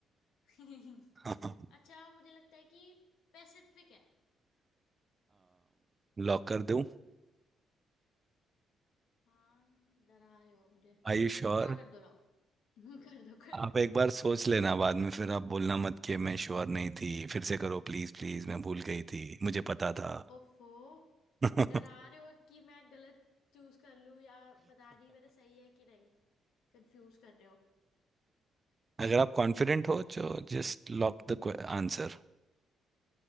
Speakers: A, on the left; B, on the right.
A: <laughs>
B: <laughs>
A: अच्छा मुझे लगता है कि पैसिफिक है
B: लॉक कर दूं
A: हाँ डरा रहे हो मुझे
B: Are you sure
A: हाँ कर दो लाओ <laughs> कर दो कर
B: आप
A: दो
B: एक बार सोच लेना बाद में फिर आप बोलना मत कि मैं श्योर नहीं थी फिर से करो प्लीज प्लीज मैं भूल गई थी मुझे पता था
A: ओफो
B: <laughs>
A: डरा रहे हो कि मैं गलत चूज कर लूं या पता नहीं मेरा सही है कि नहीं कंफ्यूज कर रहे हो
B: अगर आप कॉन्फिडेंट हो तो जस्ट लॉक द आंसर